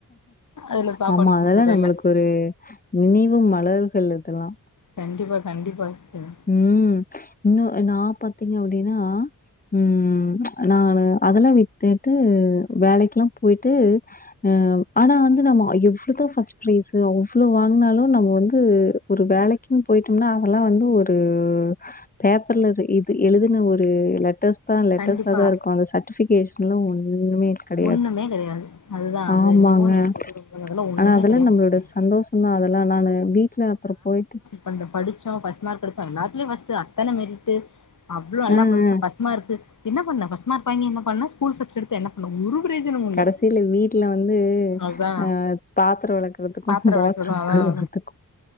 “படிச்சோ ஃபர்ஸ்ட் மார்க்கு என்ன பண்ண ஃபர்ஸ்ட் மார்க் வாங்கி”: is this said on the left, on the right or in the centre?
Left